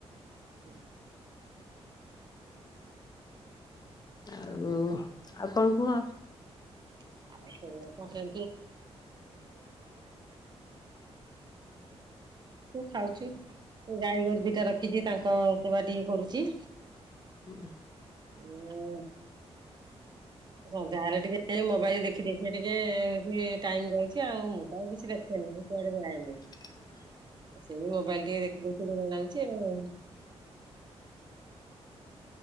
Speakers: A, on the right; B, on the left.
A: <inaudible>
B: ଆଉ ଆଉ କଣ କୁହ?
A: <unintelligible> <unintelligible> ସେ ଖାଉଛି ଗାଈ ଗୋରୁ ଦିଟା ରଖିଛି ତାଙ୍କ ସେବା ଟିକେ କରୁଛି।
B: ହୁଁ।
A: <unintelligible> ସନ୍ଧ୍ୟା ହେଲେ ଟିକେ ମୋବାଇଲ ଦେଖି ଦେଖି ଟିକେ ଟାଇମ ଯାଉଛି ଆଉ ମୁଁ ତ ଆଉ କିଛି ଦେଖେନି। କୁଆଡ଼େ ଯାଏନି।
B: <inaudible>
A: ସେଇ ମୋବାଇଲ ଟିକେ ଦେଖି ଦେଖି ଦିନ ଯାଉଛି ଆଉ।